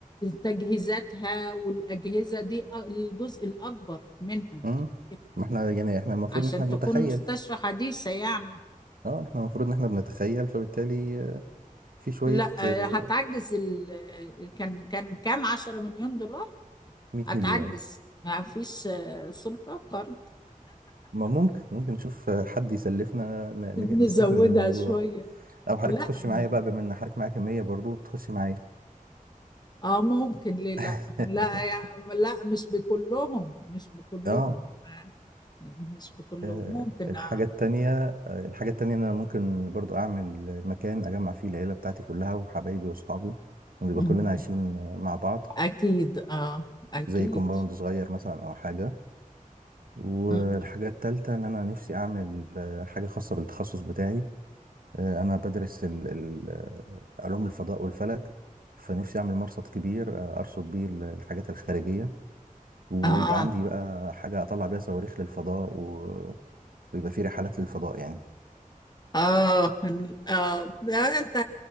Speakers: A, on the left; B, on the right.
A: تجهيزاتها والاجهزه دي أ- الجزء الاكبر منها
B: مم.
A: كتير
B: ما احنا يعني احنا المفروض
A: عشان
B: ان احنا بنتخيل
A: تكون مستشفى حديثه يعني
B: اه احنا المفروض ان احنا بنتخيل فبالتالي آه، في شويه
A: لا
B: آه،
A: آه، هتعجز ال... كان كان كام 10 مليون دولار
B: 100
A: هتعجز
B: مليون
A: ما فيش آه، سلفة قرض
B: ما ممكن ممكن نشوف آه، حد يسلفنا ن- ن-
A: نزودها
B: نستكمل الموضوع
A: شوية
B: او حضرتك
A: لا
B: تخش
A: ما.
B: معايا بقى بما ان حضرتك معايا كميه برضو تخش معايا
A: اه ممكن ليه لا
B: <laughs>
A: لا يا- لا مش بكلهم مش بكلهم
B: اه
A: آه، مش بكلهم
B: آه،
A: ممكن
B: الحاجة
A: اه
B: التانية آه، الحاجة التانية إن أنا ممكن برضو أعمل مكان أجمع فيه العيلة بتاعتي كلها وحبايبي وأصحابي ونبقى
A: مم.
B: كلنا عايشين آه، مع بعض
A: اكيد اه اكيد
B: زي كومباوند صغير مثلا أو حاجة والحاجة
A: مم.
B: التالتة إن أنا نفسي أعمل آه، حاجة خاصة بالتخصص بتاعي آه، أنا بدرس ال- ال- آه، علوم الفضاء والفلك فنفسي أعمل مرصد كبير آه، أرصد بيه ال- الحاجات الخارجية ويبقى
A: اه
B: عندي بقى حاجة أطلع بيها صواريخ للفضاء و... ويبقى في رحلات للفضاء يعني
A: اه ال- اه ده انت